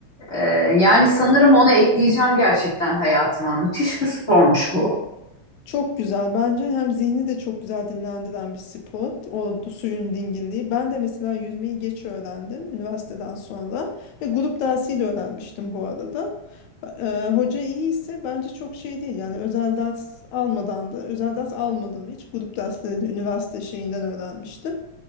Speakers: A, on the left; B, on the left.
A: E, yani sanırım onu ekleyeceğim gerçekten hayatıma. Müthiş bir spormuş bu.
B: Çok güzel. Bence hem zihni de çok güzel dinlendiren bir spot. O du- suyun dinginliği. Ben de mesela yüzmeyi geç öğrendim üniversiteden sonra. Ve grup dersiyle öğrenmiştim bu arada. Ba- e, hoca iyi ise bence çok şey değil. Yani özel ders almadan da özel ders almadım hiç. Grup dersleriyle üniversite şeyinden öğrenmiştim.